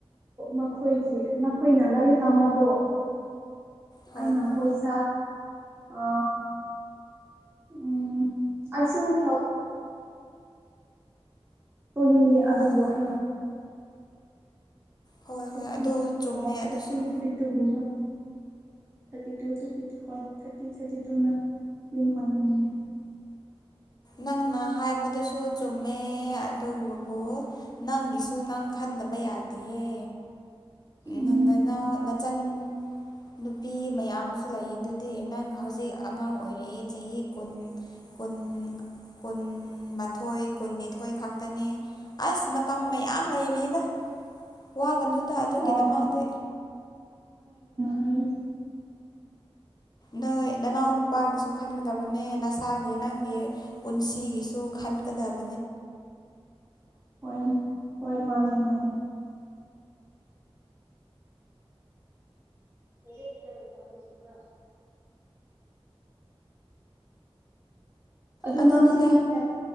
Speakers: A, on the right (about 25°); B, on the left (about 40°).
A: ꯃꯈꯣꯏꯒꯤ ꯅꯣꯏꯅ ꯂꯥꯏꯔꯤꯛ ꯇꯝꯕꯗꯣ
B: ꯍꯣꯏ
A: ꯑꯩꯅ
B: ꯍꯣꯏ
A: ꯄꯩꯁꯥ ꯑ ꯎꯝ ꯑꯁꯨꯨ ꯍꯦꯞ ꯁꯣꯅꯤꯅꯤ ꯑꯗꯨꯕꯨ
B: ꯍꯣꯏ ꯍꯣꯏ
A: ꯑꯩꯅ
B: ꯍꯣꯏ
A: ꯆꯍꯤ
B: ꯍꯣꯏ ꯑꯗꯨ ꯆꯨꯝꯃꯦ
A: ꯑꯣ ꯊꯥꯔꯇꯤ
B: ꯑꯗꯨꯁꯨ
A: ꯊꯥꯔꯇꯤ ꯇꯨꯒꯨꯝꯕ ꯊꯥꯔꯇꯤ ꯇꯨ ꯊꯥꯔꯇꯤ ꯇꯨ ꯍꯣꯏ ꯊꯥꯔꯇꯤ ꯊꯥꯔꯇꯤ ꯇꯨꯅ ꯌꯨꯝ ꯄꯥꯟꯅꯤꯡꯉꯤ
B: ꯅꯪꯅ ꯍꯥꯏꯕꯗꯨꯁꯨ ꯆꯨꯝꯃꯦ ꯑꯗꯨꯕꯨ ꯅꯪꯒꯤꯁꯨ ꯅꯪ ꯈꯟꯗꯕ ꯌꯥꯗꯦꯌꯦ
A: ꯎꯝ
B: ꯅꯅꯥ ꯅ ꯆꯟ ꯅꯨꯄꯤ ꯃꯌꯥꯝꯨ ꯂꯩ ꯑꯗꯨꯗꯤ ꯅꯪ ꯍꯧꯖꯤꯛ ꯑꯉꯥꯡ ꯑꯣꯏꯔꯤꯛꯏꯦ ꯆꯍꯤ ꯀꯨꯟ ꯄꯨꯟ ꯀꯨꯟꯃꯥꯊꯣꯏ ꯀꯨꯟꯅꯤꯊꯣꯏ ꯈꯛꯇꯅꯤ ꯑꯁ ꯃꯇꯝ ꯃꯌꯥꯝ ꯂꯩꯔꯤꯗ ꯋꯥꯒꯅꯨꯗ ꯑꯗꯨꯒꯤꯗꯃꯗꯤ
A: ꯑꯣ ꯍꯥꯏ
B: ꯅꯣꯏ ꯅꯅꯥꯎ ꯅꯨꯄꯥꯒꯤꯁꯨ ꯈꯟꯒꯗꯕꯅꯦ ꯅꯁꯥꯒꯤ ꯅꯪꯒꯤ ꯄꯨꯟꯁꯤꯒꯤꯁꯨ ꯈꯟꯒꯗꯕ
A: ꯍꯣꯏ ꯍꯣꯏ ꯃꯥꯅꯦ ꯃꯥꯅꯦ <unintelligible> ꯀ <unintelligible> ꯑꯗꯨ
B: ꯑꯗꯨꯅꯤꯗ
A: ꯅꯝ ꯆꯦ ꯍ